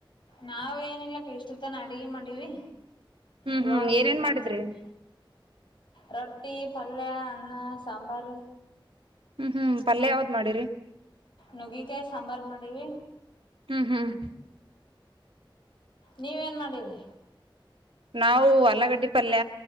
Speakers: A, on the left (about 65°); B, on the right (about 85°).
A: ನಾವ ಏನಿಲ್ಲಕ್ಕೆ ಇಷ್ಟು ತನ ಅಡಗೆ ಮಾಡಿವವಿ
B: ಹ್ಮ್
A: ಇವಗ
B: ಹ್ಮ್
A: ಸುಮ್ಮನೆ
B: ಏನೇನ್
A: ಕುಂತನ
B: ಮಾಡಿದ್ರಿ
A: ರೊಟ್ಟಿ ಪಲ್ೆ ಅನ್ನ ಸಾಂಬಾರ
B: ಹ್ಮ್ ಹ್ಮ್ ಪಲ್ೆ ಯಾವ್ದ್ ಮಾಡಿರಿ
A: ನುಗ್ಗಿಕಾಯಿ ಸಾಂಬಾರು ಮಾಡೀಿವ
B: ಹ್ಮ್ ಹ್ಮ್
A: ನೀವ ೇನ್ ಮಾಡಿರಿ
B: ನಾವು ಅಲಗಡ್ಡಿ ಪಲ್ಯ